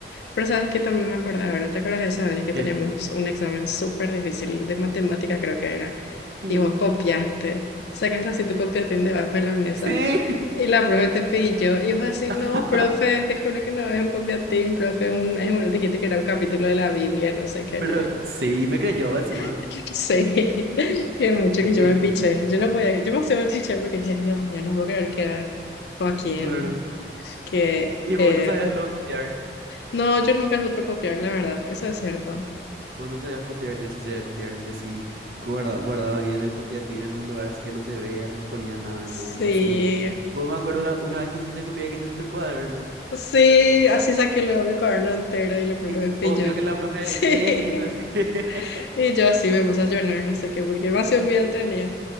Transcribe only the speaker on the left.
Pero sabes que también me acordé ahora, ¿te acuerdas de esa vez que
teníamos un examen súper difícil de matemáticas, creo que era?
Y vos copiaste, sacaste así tu copiatín debajo de la mesa
y la profe te pilló y vos así, no,
profe, te juro que no es un copiatín, profe, es un, es un- dijiste que era un capítulo de la Biblia, no sé qué.
<laughs> Sí, <laughs> que mucho
que
yo me piché,
yo no podía, yo más me piché porque dije, Dios, ya no puedo creer que Joaquín,
que...
eh,
No, yo nunca supe copiar, la verdad, eso es cierto.
Sí,
sí, así saqué luego mi cuaderno entero y la profe
me pilló.
Sí,
<laughs>
y yo así me puse a llorar, no sé qué, porque demasiado miedo tenía.